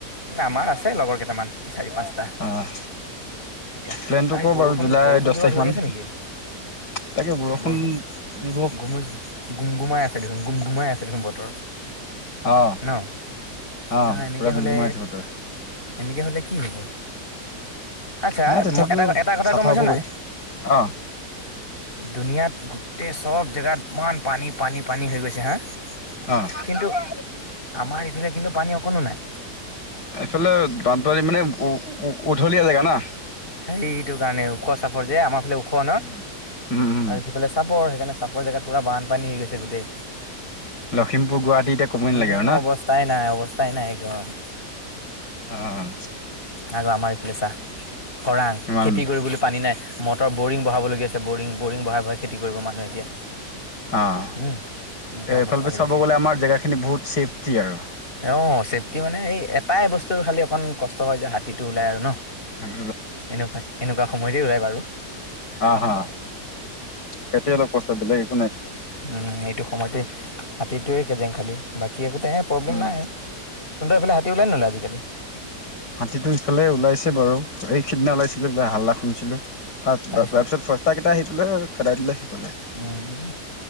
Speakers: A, on the left (about 30°); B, on the left (about 85°).
A: আমাৰ আছে লগৰ কেইটামান চাৰি পাঁচটা।
B: অ',
A: এতিয়া আৰু
B: প্লেনটো ক'
A: এই বৰষুণ-
B: বাৰু জুলাই
A: বৰষুণ
B: দহ
A: দিবা
B: তাৰিখ
A: ধৰি
B: মান
A: আছে নেকি।
B: তাকে বৰষুণ
A: বৰষুণ
B: দিব
A: গুম- গুম গুমাই আছে দেখোন গুম গুমাই আছে দেখোন বতৰ।
B: অ'-
A: ন
B: অ'
A: না এনেকে
B: পুৰা গুম
A: হলে
B: গুমাই আছে বতৰ।
A: এনেকে হ'লে কি হ'ব। আচ্ছা
B: নাই তথাপিও
A: এটা-এটা কথা
B: চাফা
A: গম পাইছ
B: হ'বগৈ।
A: নাই।
B: অ',
A: দুুনিয়াত গোটেই চব জেগাত ইমান পানী- পানী- পানী হৈ গৈছে হা।
B: অ'।
A: কিন্তু আমাৰ ইফালে কিন্তু পানী অকণো নাই।
B: এইফালে বানপানী মানে উ- উ উধলীয়া জেগা না।
A: সেইটো কাৰণে ওখ চাপৰ যে আমাৰ ফালে ওখ ন
B: উম, উম, উম,
A: আৰু সিফালে চাপৰ সেইকাৰণে চাপৰ জেগাত পুৰা বানপানী হৈ গৈছে গোটেই।
B: লখিমপুৰ গুৱাহাটী এতিয়া ক'বই
A: উম,
B: নালাগে আৰু না
A: অৱস্থাই নাই- অৱস্থাই নাই একদম
B: অ'।
A: আৰু আমাৰ এইফালে চা খৰাং,
B: ইমান
A: খেতি কৰিবলৈ পানী নাই মটৰ বৰিং বহাবলগীয়া ছ বৰিং-বৰিং বহাই- বহাই খেতি কৰিব মানুহে এতিয়া।
B: অ'
A: উম এনেকুৱা
B: এইফালে
A: অৱস্থা হৈ
B: চাব
A: গৈছে
B: গ'লে আমাৰ জেগাখিনি বহুত ছেফটি আৰু।
A: অ' চেফটি মানে এই এটাই বস্তুৰ খালি অকমান কষ্ট হয় যে হাতীটো ওলাই আৰু। ন,
B: অ',
A: এনেকুৱা-এনেকুৱা সময়তে ওলাই বাৰু।
B: অ'-অ' সেইটোৱে অলপ <unintelligible>
A: উম, এইটো সময়তে হাতীটোয়ে কেজেং খালি বাকী একোতে প্ৰব্লেম
B: উম।
A: নাই, তহতৰ এইফালে হাতী ওলাই নুলাই আজিকালি।
B: হাতীটো ইফালে ওলাইছে বাৰু, এই সিদিনা ওলাইছিলে বোলে হাল্লা শুনিছিলো। তাত
A: তাৰপিছত
B: তাৰ পিছত ফস্তা কেইটা আহি পেলাই খেদাই দিলে। সেইফালে
A: উম,